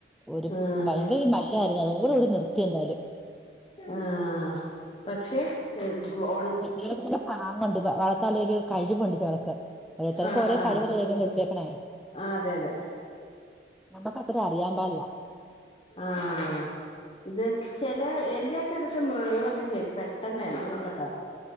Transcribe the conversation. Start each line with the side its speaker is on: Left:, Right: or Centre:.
Centre: ഒരു
Left: ആഹ്
Centre: ഭയങ്കര മല്ലായിരുന്നു അതുപോലണ്ട് നിർത്തി എന്തായാലും
Left: ആ പക്ഷെ ഉണ്ടാ
Centre: ഇ പിന്നെ പാങ്ങുണ്ട് വളർത്തല്ലൊരു കഴിവ് ഉണ്ട് ചെലർക്ക് ഓരോരുത്തർക്ക്
Left: ആഹ്
Centre: ഒരേ
Left: ആഹ്
Centre: കഴിവല്ലേ
Left: ആഹ്
Centre: ദൈവം കൊടുത്തേക്കണേ
Left: ആഹ് അതെ അതെ
Centre: നമ്മക്ക്ത്ര അറിയാ പാടില്ല
Left: ആഹ ഇത് ചില എന്റെറെയൊക്കെ എടുത്ത് മൃഗങ്ങളൊക്കെ ശരി പെട്ടെന്ന് എണങ്ങും കേട്ടോ